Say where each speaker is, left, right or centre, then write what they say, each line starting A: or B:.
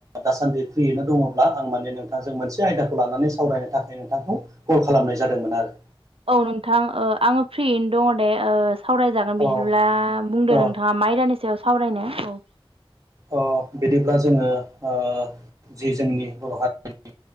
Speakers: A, on the right (about 35°); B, on the right (about 75°).
A: दासान्दि फ्रि यैनो दङब्ला आं माने नोंथांजों मोनसे आयदाखौ लानानै सावरायनो थाखाय नोंथांखौ कल खालामनाय जादोंमोन आरो।
B: औ नोंथां ओ आङो फ्रियैनो दङ दे ओ सावरायजागोन बिदिब्ला
A: अ
B: बुंदो
A: अ
B: नोंथाङा माइरानि सायाव सावरायनो औ।
A: ओ बिदिब्ला जोङो ओ जि जोंनि बर' हारिनि